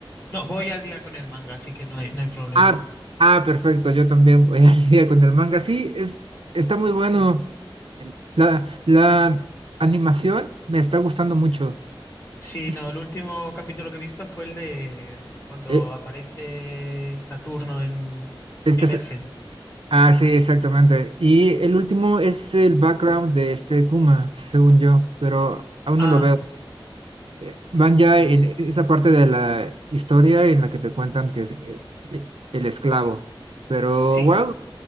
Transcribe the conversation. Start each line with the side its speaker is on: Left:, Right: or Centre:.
Left: No, voy al día con el manga, así que no hay, no hay problema.
Right: Ah, ah, perfecto. Yo también voy al día con el manga. Sí, es, está muy bueno. La, la animación me está gustando mucho.
Left: Sí,
Right: Sí, sí,
Left: no, el último capítulo que he visto fue el de cuando
Right: Eh,
Left: aparece Saturno en,
Right: este,
Left: en Egghead.
Right: Ah, sí, exactamente. Y el último es el background de este Kuma, según yo, pero aún
Left: Ah,
Right: no lo veo. Eh, Van ya
Left: uf,
Right: en esa parte de la historia en la que te cuentan que es eh, eh, el esclavo. Pero,
Left: sí,
Right: wow,